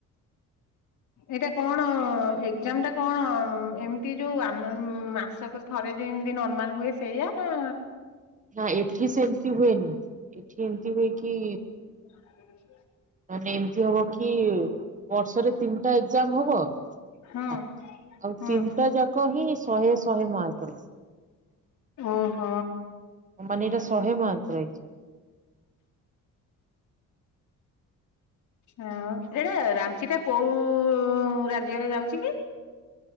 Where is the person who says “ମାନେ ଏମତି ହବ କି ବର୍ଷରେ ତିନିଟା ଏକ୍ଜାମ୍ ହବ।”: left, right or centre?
Right